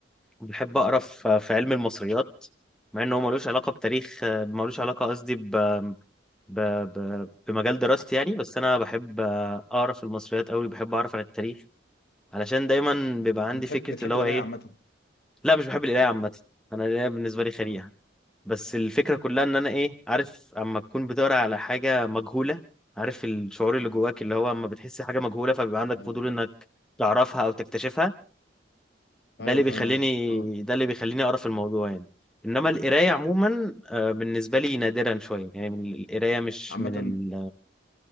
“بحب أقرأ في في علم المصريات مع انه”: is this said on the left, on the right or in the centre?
Centre